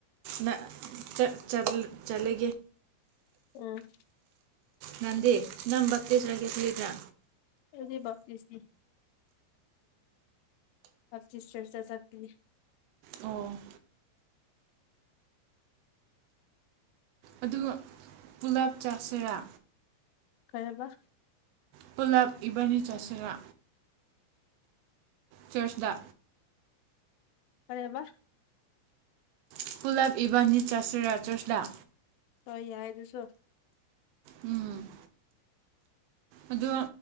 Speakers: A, on the right; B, on the left.
A: ꯅ ꯆ ꯆ ꯆꯂꯦ
B: ꯎꯝ
A: ꯒꯥꯟꯙꯤ ꯅꯝꯕꯕꯇꯤꯁꯔꯒꯦ ꯊꯂꯤꯗ꯭ꯔꯥ
B: ꯑꯦꯗꯤ ꯥꯛ ꯆꯁꯤꯗꯤ ꯑꯞ ꯆꯁ ꯆꯔ ꯆꯥ ꯆꯀꯤ
A: ꯑꯣ ꯑꯗꯨꯒ ꯄꯨꯂꯥꯞ ꯆꯥꯁꯤꯔꯥ
B: ꯀꯩꯕ
A: ꯄꯨꯂꯞ ꯏꯕꯥꯅꯤ ꯆꯁꯤꯔꯥ ꯆꯆꯗ
B: ꯀꯔꯦꯕ
A: ꯀ ꯄꯨꯨꯂꯕ ꯏꯕꯥꯅꯤ ꯆꯁ ꯔꯥ ꯆꯁ ꯗ
B: ꯍ ꯌꯥꯗꯁꯨꯣ
A: ꯎꯝ ꯑꯗꯣ